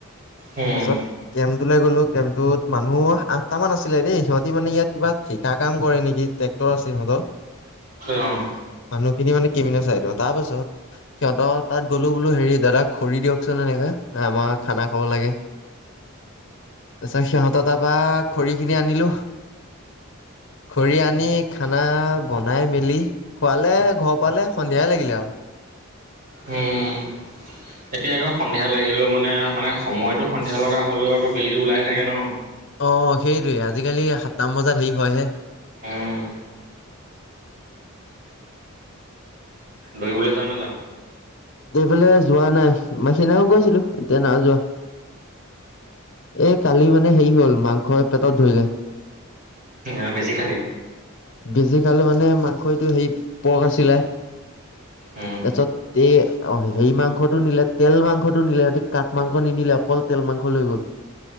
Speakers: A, on the right; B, on the left.
A: উম,
B: তাৰপিছত কেম্পটো গলো কেম্পটোত মানুহ আঠটামান আছিলে দেই সিহঁতি মানে ইয়াত কিবা ঠিকা কাম কৰে নেকি ট্ৰেক্টৰ আছে সিহঁতৰ।
A: অ'।
B: মানুহ খিনি মানে। <unintelligible> তাৰ পাছত, সিহঁতৰ তাত গলো বোলো হেৰি দাদা খৰি দিয়কচোন এনেকাে আমাৰ খানা খাব লাগে তাৰ পিছত সিহঁত তাৰপা খৰি খিনি আনিলো, খৰি আনি খানা বনাই মেলি খোৱালে ঘৰ পালে সন্ধিয়াই লাগিলে আৰু।
A: উম এতিয়া আকৌ সন্ধিয়া লাগিলে মানে মানে-মানে সময়তো সন্ধিয়া লগা হ'লেও আকৌ বেলিটো ওলাইে থাকে ন?
B: অ সেইটোৱে আজিকালি সাতটাম বজাত হেৰি হয়হে।
A: উম দৌৰিবলৈ যাও নাযাও?
B: এইফোলে যোৱা নাই, সেই দিনাখন গৈছিলো এতিয়া না যোৱা। এই কালি মানে হেৰি হল মাংস পেটত ধৰিলে।
A: অ বেছি খালি?
B: বেছি খলি মানে মাংসইটো সেই পক আছিলে।
A: উম
B: তাৰপিছত এই অ সেই মাংসটো নিলে তেল মাংসটো নিলে সিহতি কাঠ মাংস নিনিলে অকল তেল মাংস লৈ গল।